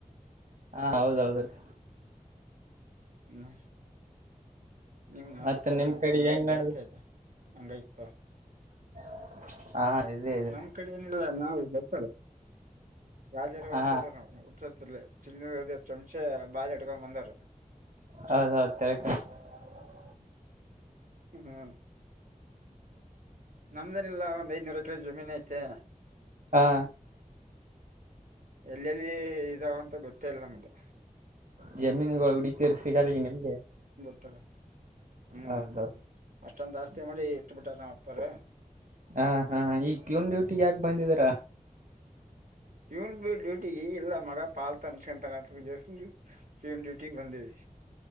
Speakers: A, on the right (about 70°); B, on the right (about 80°).
A: ಹಾ, ಹೌದೌದ ರೀ.
B: ನಶ್ <unintelligible> ನೀವು ನಾವಪ್ಪ
A: ಮತ್ತೆ ನಿಮ್
B: ನಿಮಪ್ಪಾ
A: ಕಡೆ
B: ನಳ
A: ಹೆಂಗ್
B: <unintelligible>
A: ನಡ್ದ
B: ಜಾಸ್ತಿ ಆಯ್ತ, ಹಂಗ ಇತ <unintelligible>
A: <inaudible> ಇದೆ ಇದೆ
B: ನಮ್ ಕಡಿ ಏನಿಲ್ಲ, ನಾವು ಬತ್ತಲ ರಾಜರ
A: ಹ
B: ವಂಶದವರ್ ನಾವು, ಹುಟ್ಟುತ್ತಲೇ ಚಿನ್ನದ <unintelligible> ಚಮ <unintelligible> ಮೆ <unintelligible> ಬಾಲ ಇಟ್ಕೊಂಡ್ ಬಂದರು
A: ಹೌದೌದು ಕರೆಕ್ಟ್ <unintelligible>
B: ಹ್ಮ್ ಹಾ <inaudible> ನಮ್ದೇನಿಲ್ಲ ಒಂದ್ ಐದನೂರ ಎಕರೆ ಜಮೀನ್ ಐತೆ.
A: ಹಾ
B: ಎಲ್ಲೆಲ್ಲಿ ಇದಾವಂತ ಗೊತ್ತೇ ಇಲ್ಲ ನಮ್ದು.
A: ಜಮೀನ್ ತಿಗಳು <unintelligible> ಉಡ್ಕಿದ್ರು ಸಿಗಲ್ಲ ಈಗ ನಿಮ್ಗೆ?
B: ಹತದೆ <unintelligible> ಹ್ಮ್,
A: ಹೌದೌದು
B: ಅಷ್ಟೊಂದ್ ಆಸ್ತಿ ಮಾಡಿ <unintelligible> ಬಿಟ್ಟಾರ್ ನಮ್ ಅಪ್ಪಾರ್
A: ಹಾ ಹಾ, ಈಗ್ <unintelligible> ಇವನ್ ಡ್ಯೂಟಿಗೆ ಯಾಕೆ ಬಂದಿದೀರಾ?
B: ಇವನ್ ಬಿ ಡ್ಯೂಟಿ ಇಲ್ಲ. ಮಗ ಪಾಲ್ ತನ್ಸ್ಕೊಂತನತ್ರ <unintelligible> ಜಸ <unintelligible> ಇವನ್ ಡ್ಯೂಟಿಗ್ ಬಂದೀವಿ.